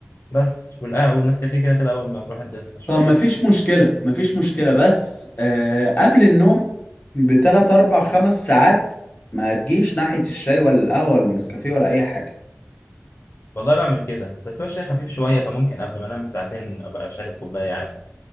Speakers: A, on the left; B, on the left.
A: بس والقهوة والنسكافيه كده كده أول ما الواحد بيصحى شوية
B: طب مفيش مشكلة مفيش مشكلة بس آه قبل النوم بتلات أربع خمس ساعات ما تجيش ناحية الشاي ولا القهوة ولا النسكافيه ولا أي حاجة
A: والله بعمل كده بس هو الشاي خفيف شوية فممكن قبل ما أنام بساعتين أبقى شارب كوباية عادي